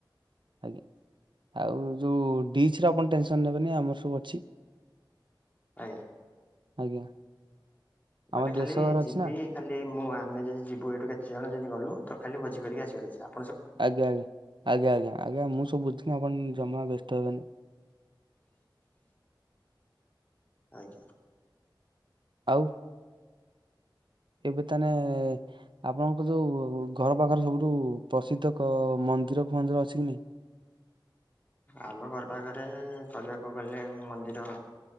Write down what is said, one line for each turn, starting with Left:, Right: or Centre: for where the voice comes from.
Right: ଆଜ୍ଞା। ଆଉ ଯୋଉ ଡିଚ୍ ର ଆପଣ ଟେନସନ ନେବେନି ଆମର ସବୁ ଅଛି।
Left: ଆଜ୍ଞା।
Right: ଆଜ୍ଞା।
Left: ମାନେ
Right: ଆମ ଦେଶ
Left: ଖାଲି
Right: ଘର
Left: ଯିବି
Right: ଅଛି ନା
Left: ଖାଲି ମୁଁ ଆମେ ଯଦି ଯିବୁ ଏଇଠୁ କେତେ ଜଣ ଯଦି ଗଲୁ ତ ଖାଲି ଭୋଜି କରିକି ଆସିବାର ଅଛି। ଆ
Right: ଆଜ୍ଞା ଆଜ୍ଞା ଆଜ୍ଞ। ଆଜ୍ଞା ଆଜ୍ଞା ମୁଁ ସବୁ ବୁଝଥିବି ଆପଣ ଜମା ବ୍ୟସ୍ତ ହେବେନି।
Left: ଆଜ୍ଞା।
Right: ଆଉ। ଏବେ ତାନେ ଆପଣଙ୍କ ଯୋଉ ଘର ପାଖରେ ସବୁଠୁ ପ୍ରସିଦ୍ଧ କ ମନ୍ଦିର ଫନ୍ଦିର ଅଛି କି ନାଇଁ?
Left: ଆମ ଘର ପାଖରେ କହିବାକୁ ଗଲେ ମନ୍ଦିର